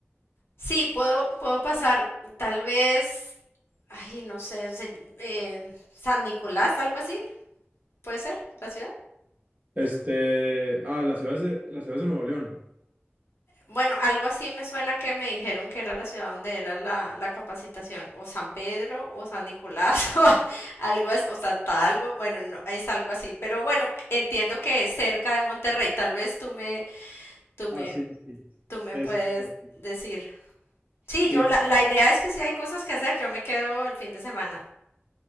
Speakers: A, on the left; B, on the right.
A: Sí, puedo, puedo pasar tal vez, ay, no sé, se- eh, San Nicolás, algo así, ¿puede ser la ciudad?
B: Este, ah, las ciudades de, las ciudades de Nuevo León.
A: Bueno, algo así me suena que me dijeron que era la ciudad donde era la, la capacitación, o San Pedro, o San Nicolás, <laughs> o algo, as- o Santa algo, bueno, no, es algo así, pero bueno, entiendo que es cerca de Monterrey, tal vez tú me, tú
B: Ah,
A: me,
B: sí, sí. sí.
A: tú me
B: Este,
A: puedes decir. Sí,
B: sí,
A: yo, la, la idea es que si hay cosas que hacer, yo me quedo el fin de semana.